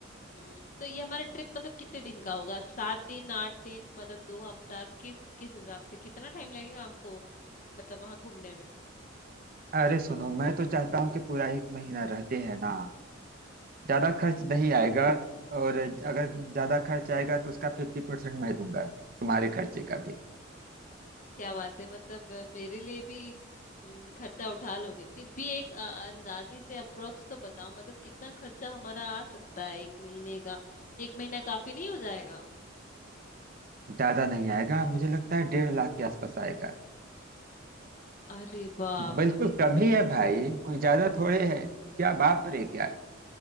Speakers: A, on the left; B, on the right.
A: हम्म, तो ये हमारा ट्रिप मतलब कितने दिन का होगा सात दिन आठ दिन मतलब दो हफ्ता किस किस हिसाब से कितना टाइम लगेगा हमको मतलब वहां घूमने में
B: अरे सुनो मैं तो चाहता हूँ कि पूरा एक महीना रहते हैं ना ज्यादा खर्च नहीं आएगा और अगर ज्यादा खर्च आएगा तो उसका फिफ्टी परसेंट मैं दूंगा तुम्हारे खर्चे का भी
A: क्या बात है मतलब अ, मेरे लिए भी हम्म, खर्चा उठा लोगे फिर भी एक अ, अंदाजे से अप्रोक्स तो बताओ मतलब कितना खर्चा हमारा आ सकता है एक महीने का एक महीना काफी नहीं हो जाएगा
B: ज्यादा नहीं आएगा मुझे लगता है डेढ़ लाख के आसपास आएगा
A: अरे बाप
B: बिल्कुल
A: रे
B: कम ही है भाई कोई ज्यादा थोड़े है क्या बाप रे क्या